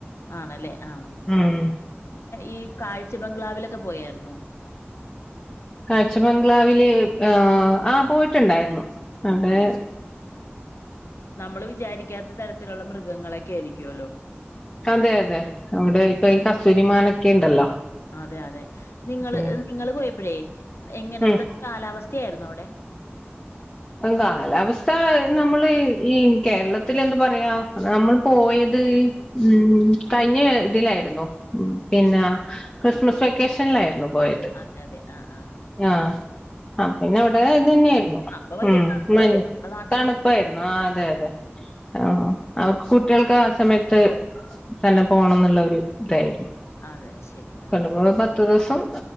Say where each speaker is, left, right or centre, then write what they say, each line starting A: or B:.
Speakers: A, on the left; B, on the left.
A: ആണല്ലേ ആഹ്
B: ഉം
A: ഈ കാഴ്ച ബംഗ്ലാവിലൊക്കെ പോയാർ ന്നോ
B: കാഴ്ച ബംഗ്ലാവില് ആഹ് പോയിട്ടുണ്ടായിരുന്നു അവിടെ
A: ആഹ്. നമ്മള് വിചാരിക്കാത്ത തരത്തിലുള്ള മൃഗങ്ങളൊക്കെ ആയിരിക്കുല്ലോ
B: അതെ അതെ അവിടെ ഇപ്പൊ ഈ കസ് തൂരിമൻക്കെ ഉണ്ടല്ലോ
A: അതെ അതെ നിങ്ങള്
B: ഉം
A: നിങ്ങള്ൾ പോയപ്പോഴേ എങ്ങനത്തെ
B: ഉം
A: കാലാവസ്ഥയായിരുന്നു അവിടെ
B: കാലാവസ്ഥ നമ്മള് ഈ കേരളത്തി എന്ത് പറയാ നമ്മൾ പോയത് ഉം കഴിഞ്ഞ ഇതിലായിരുന്നു പിന്നെ ക്രിസ്മസ് വെക്കേഷനിലായിരുന്നു പോയത്
A: അതെ അതെ ആഹ് ആഹ്
B: ആഹ് ആ പിന്നെ അവിടെ
A: അപ്പൊ ഭയ-
B: ഇത് തന്നെയായിരുന്നു
A: അപ്പൊ ഭയങ്കര
B: ഉം
A: തണുപ്പല്ലേ
B: മഞ്ഞ
A: നമ്മുടെ നാട്ടില്
B: തണുപ്പായിരുന്നു ആഹ് അതെ അതെ ആഹ് അവർക്ക് കുട്ടികൾക്ക് ആഹ് സമയത്ത് തന്നെ പോണം എന്നുള്ള ഒരു ഇതായിരുന്നു
A: അതെ ശരി ആഹ്
B: കൊണ്ടുപോയ
A: ആഹ്
B: പത്ത് ദിവസം